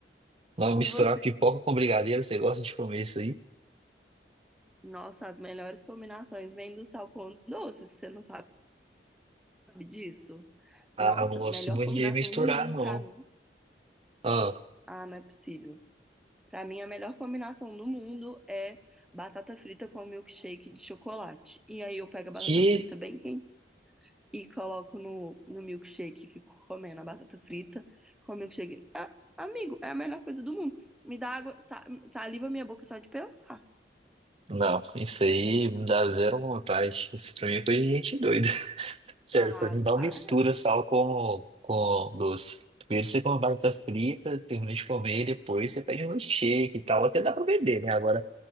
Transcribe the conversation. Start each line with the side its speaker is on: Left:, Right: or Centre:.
Right: Vamos
Centre: E
Right: misturar
Centre: você?
Right: pipoca com brigadeiro, você gosta de comer isso aí?
Centre: Nossa, as melhores combinações vêm do sal com doce, você não sabe disso?
Right: Ah,
Centre: Nossa,
Right: eu não gosto
Centre: melhor
Right: muito
Centre: combinação
Right: de misturar,
Centre: do mundo
Right: não.
Centre: pra mim.
Right: Ah,
Centre: Ah, não é possível. Pra mim, a melhor combinação do mundo é batata frita com milkshake de chocolate. E aí eu pego a
Right: que...
Centre: batata frita bem quente e coloco no, no milkshake e fico comendo a batata frita com o milkshake. Ah, amigo, é a melhor coisa do mundo. Me dá água, sa- saliva minha boca só de pensar.
Right: Não, isso aí me dá zero vontade. Isso pra mim é coisa de gente doida. <laughs> Sério,
Centre: Ah,
Right: pra mim não
Centre: para.
Right: mistura sal com, com doce. Primeiro você come uma batata frita, termina de comer, depois você pede um milkshake e tal. Até dá pra beber, né? Agora,